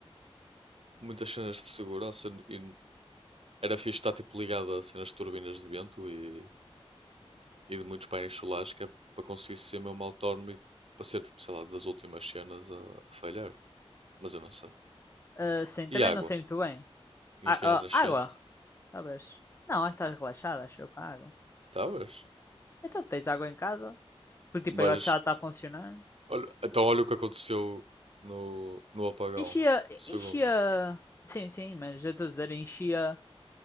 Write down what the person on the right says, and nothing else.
muitas cenas de segurança e era fixe estar tipo, ligado a cenas de turbinas de vento e, e de muitos painéis solares, que é para conseguir ser mesmo autónomo e para ser, tipo, sei lá, das últimas cenas a, a falhar, mas eu não sei.
E
água?
Tinhas
que ir à nascente?
Estavas?
Mas,
olha, então olha o que aconteceu no, no apagão.
Segunda.